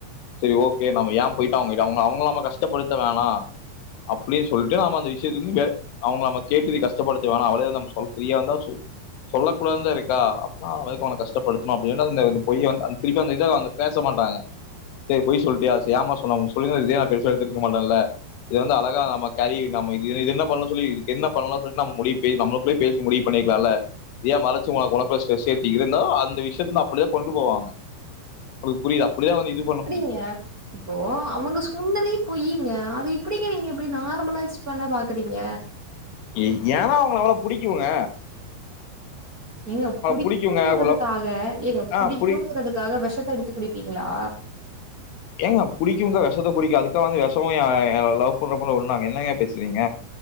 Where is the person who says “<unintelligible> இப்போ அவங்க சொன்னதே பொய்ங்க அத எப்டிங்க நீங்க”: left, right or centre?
Right